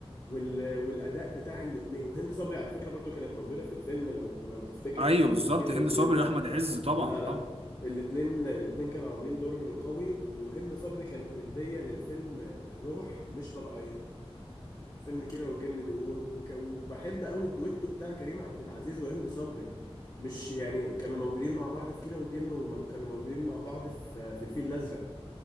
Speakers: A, on the left (about 40°); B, on the right (about 70°).
A: وال... والاداء بتاع الاثنين وهند صبري على فكره برضو كانت موجوده في الفيلم لو لو تفتكر
B: ايوه بالظبط
A: جه
B: هند
A: وجل.
B: صبري واحمد عز طبعا
A: لا لا
B: طبعا
A: الاثنين الاثنين كانوا عاملين دور قوي وهند صبري كانت مديه للفيلم روح مش طبيعيه فيلم كيرة والجن دي و... وك... وبحب قوي الدويتو بتاع كريم عبد العزيز وهند صبري مش يعني كانوا موجودين مع بعض في كيرة والجن وكانوا موجودين مع بعض في في الفيل الازرق